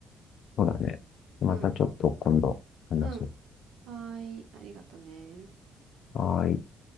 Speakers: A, on the left; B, on the right.
A: そうだね。またちょっと今度話そ
B: うん。うん。はーい、ありがとね。
A: う。はーい。